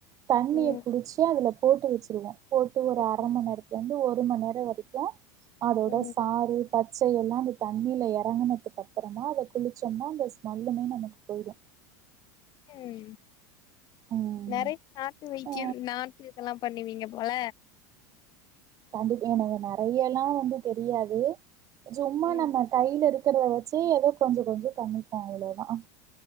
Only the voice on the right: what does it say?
தண்ணிய
புடிச்சு அதுல போட்டு வச்சுடுவோ போட்டு ஒரு
அர மண்நேரத்துல <unintelligible> ஒரு மண் நேரொ வரைக்கும் அதோட
சாரு <unintelligible> பச்சை எல்லாம் அது தண்ணியில் இறங்கினதுக்கு அப் அப்பறமா அதில் குளிச்சோம்ன அந்த ஸ்மெல்லுமே நமக்கு போயிடும்
ம்
ஆ
கண்டிப் எனக்கு நெறையல்லாம் வந்து தெரியாது சும்மா
நம்ம கையில இருக் இருக்கிறத வச்சு ஏதோ கொஞ்சோ கொஞ்சோ பண்ணிப்பே அவ்வளோ தான் அஅ